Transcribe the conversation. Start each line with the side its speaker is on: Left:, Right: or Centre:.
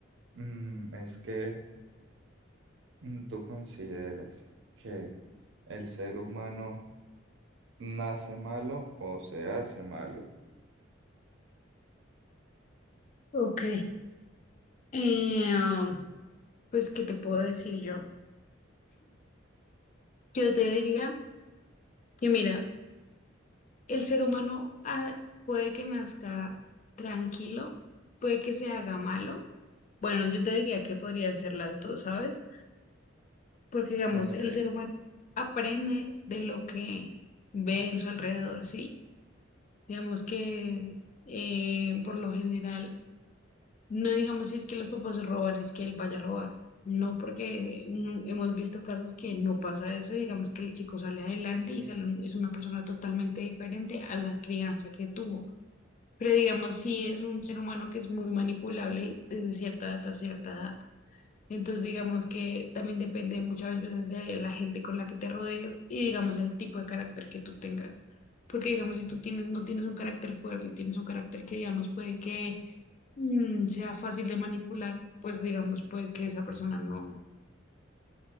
Right: Mm, es que mm, tú consideras que el ser humano nace malo o se hace malo.
Left: Ok. Eh, um, pues, ¿qué te puedo decir yo? Yo te diría que, mira, el ser humano ah, puede que nazca tranquilo, puede que se haga malo. Bueno, yo te diría que podrían ser las dos, ¿sabes? Porque, digamos,
Right: Ok.
Left: el ser humano aprende de lo que ve en su alrededor, ¿sí? Digamos que eh, por lo general, no digamos si es que los papás roban, es que él vaya a robar. No, porque mm, hemos visto casos que no pasa eso, y digamos que el chico sale adelante y sale un- es una persona totalmente diferente a la crianza que tuvo. Pero digamos, si es un ser humano que es muy manipulable desde cierta edad a cierta edad. Entonces, digamos que también depende muchas veces de la gente con la que te rodees y, digamos, el tipo de carácter que tú tengas. Porque, digamos, si tú tienes, no tienes un carácter fuerte, tienes un carácter que, digamos, puede que mm, sea fácil de manipular, pues, digamos, puede que esa persona no